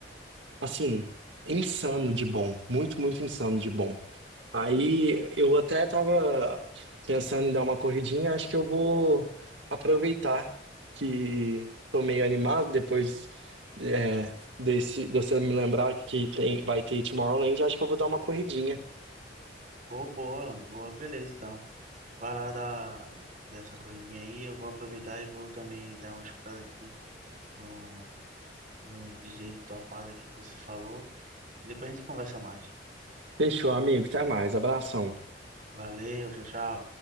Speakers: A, on the right (about 90°); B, on the right (about 50°).
A: Assim, insano de bom, muito, muito insano de bom. Aí eu até tava pensando em dar uma corridinha, acho que eu vou aproveitar que tô meio animado depois é, desse, de você me lembrar que tem, vai ter Tomorrowland, acho que eu vou dar uma corridinha.
B: Pô, boa, Alan, boa, beleza então. Vai lá dar dessa corridinha aí, eu vou aproveitar e vou também dar uma escutada aqui no, nos DJ topado aqui que você falou. E depois a gente conversa mais.
A: Fechou, amigo. Até mais. Abração.
B: Valeu, tchau, tchau.